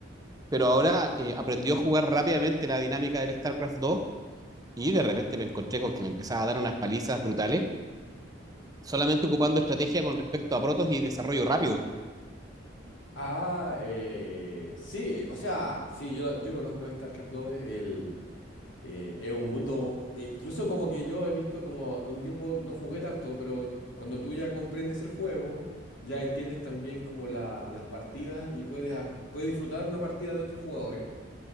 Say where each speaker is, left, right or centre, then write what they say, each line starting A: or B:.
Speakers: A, on the right; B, on the left.
A: pero ahora eh, aprendió a jugar rápidamente la dinámica del StarCraft 2 y de repente me encontré con que me empezaba a dar unas palizas brutales solamente ocupando estrategia con respecto a protos y desarrollo rápido.
B: Ah, eh, sí, o sea, sí, yo, yo conozco StarCraft 2, eh, es un mundo, eh, incluso como que yo he visto como un tiempo no jugué tanto, pero cuando tú ya comprendes el juego, ya entiendes también como la- las partidas y puedes, ap- puedes disfrutar una partida de otros jugadores